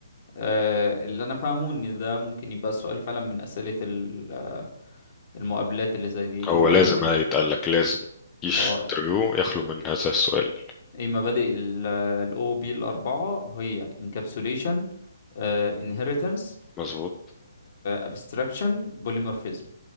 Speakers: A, on the left; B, on the left.
A: آه، اللي انا فاهمه ان ده ممكن يبقى سؤال فعلا من اسئلة ال- المقابلات اللي زي دي اللي
B: هو
A: هو
B: لازم
A: انت
B: هيتقال لك لازم مفيش
A: اه
B: انترفيو يخلو من هذا السؤال
A: ايه مبادئ الاو بي الاربعه هي انكابسوليشن انهيرتنس
B: مظبوط
A: ابستراكشن بوليمورفيزم